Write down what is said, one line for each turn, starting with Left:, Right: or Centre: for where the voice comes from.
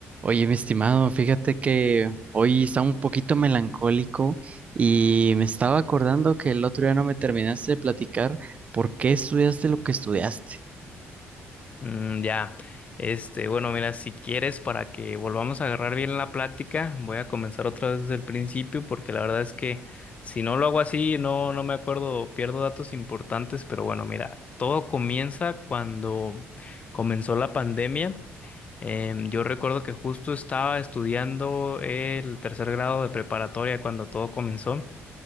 Right: Oye, mi estimado, fíjate que hoy está un poquito melancólico y me estaba acordando que el otro día no me terminaste de platicar por qué estudiaste lo que estudiaste.
Left: Mm, ya. Este, bueno, mira, si quieres, para que volvamos a agarrar bien la plática, voy a comenzar otra vez desde el principio, porque la verdad es que si no lo hago así, no, no me acuerdo, pierdo datos importantes, pero bueno, mira, todo comienza cuando comenzó la pandemia. Em, yo recuerdo que justo estaba estudiando el tercer grado de preparatoria cuando todo comenzó.